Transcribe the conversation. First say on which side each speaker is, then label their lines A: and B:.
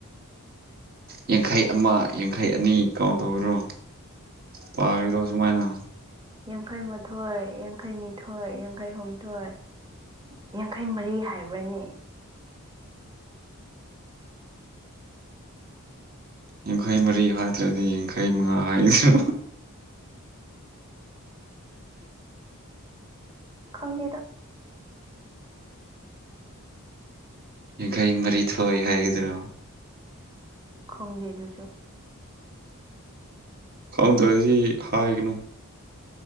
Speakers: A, on the right; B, on the right.
A: ꯌꯥꯡꯈꯩ ꯑꯃ ꯌꯥꯡꯈꯩ ꯑꯅꯤ ꯀꯥꯎꯟ ꯇꯧꯕꯔꯣ ꯄꯥꯒꯦꯔꯣ ꯁꯨꯃꯥꯏꯅ
B: ꯌꯥꯡꯈꯩ ꯃꯥꯊꯣꯏ ꯌꯥꯡꯈꯩ ꯅꯤꯊꯣꯏ ꯌꯥꯡꯈꯩ ꯍꯨꯝꯊꯣꯏ ꯌꯥꯡꯈꯩ ꯃꯔꯤ ꯍꯥꯏꯕ꯭ꯔꯅꯦ
A: ꯌꯥꯡꯈꯩ ꯃꯔꯤ ꯍꯥꯏꯗ꯭ꯔꯗꯤ ꯌꯥꯡꯈꯩ ꯃꯉꯥ ꯍꯥꯏꯗ꯭ꯔꯣ
B: ꯈꯪꯗꯦꯗ
A: ꯌꯥꯡꯈꯩ ꯃꯔꯤ ꯊꯣꯢ ꯍꯥꯏꯒꯗ꯭ꯔꯣ
B: ꯈꯪꯗꯦ ꯑꯗꯨꯁꯨ
A: ꯈꯪꯗ꯭ꯔꯗꯤ ꯍꯥꯏꯒꯅꯨ